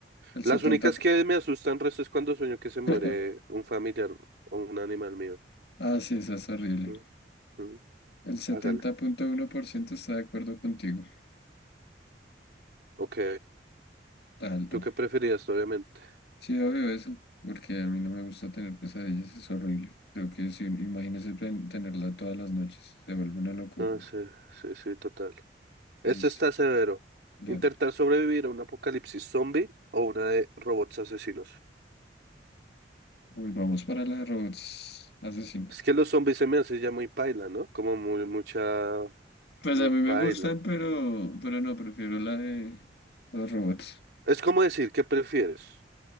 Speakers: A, on the left (about 65°); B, on the right (about 65°).
A: el
B: Las
A: 70
B: únicas
A: p-
B: que me asustan resto es cuando sueño que se muere
A: <laughs>
B: un familiar o un animal mío.
A: Ah, sí, eso es horrible.
B: Mm, mm,
A: El setenta
B: hágale.
A: punto uno por ciento está de acuerdo contigo.
B: Ok.
A: Está alto.
B: ¿Tú qué preferías, obviamente?
A: Sí, obvio eso, porque a mí no me gusta tener pesadillas, es horrible. Creo que si imagínese ten- tenerla todas las noches, se vuelve una loco.
B: No, sí, sí, sí, total. Este
A: Listo,
B: está severo.
A: dale.
B: Intentar sobrevivir a un apocalipsis zombie o una de robots asesinos.
A: Volvamos para la de robots asesinos.
B: Es que los zombies se me hace ya muy paila, ¿no? Como muy, mucha,
A: Pues
B: muy
A: a mí
B: paila.
A: me gustan, pero, pero no, prefiero la de los robots.
B: Es como decir, ¿qué prefieres?